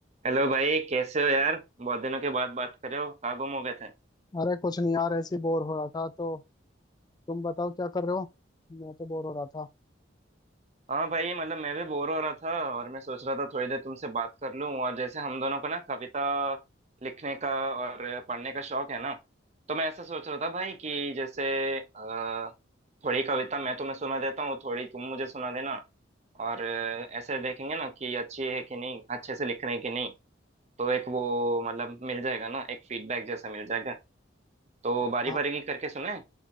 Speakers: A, on the right (about 35°); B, on the left (about 20°).
A: Hello भाई कैसे हो यार बहुत दिनों के बाद बात कर रहे हो कहाँ गुम हो गए थे
B: अरे कुछ नहीं यार ऐसे ही बोर हो रहा था तो तुम बताओ क्या कर रहे हो मैं तो बोर हो रहा था
A: हाँ भाई मतलब मैं भी बोर हो रहा था और मैं सोच रहा था थोड़ी देर तुमसे बात कर लूँ और जैसे हम दोनों को ना कविता लिखने का और पढ़ने का शौक है ना तो मैं ऐसा सोच रहा था भाई कि जैसे अ, थोड़ी कविता मैं तुम्हें सुना देता हूँ थोड़ी तुम मुझे सुना देना और अ, ऐसे देखेंगे ना कि अच्छी है कि नहीं अच्छे से लिख रहे हैं कि नहीं तो एक वो मतलब मिल जाएगा ना एक फीडबैक जैसा मिल जाएगा तो बारी
B: हाँ
A: बारी करके सुने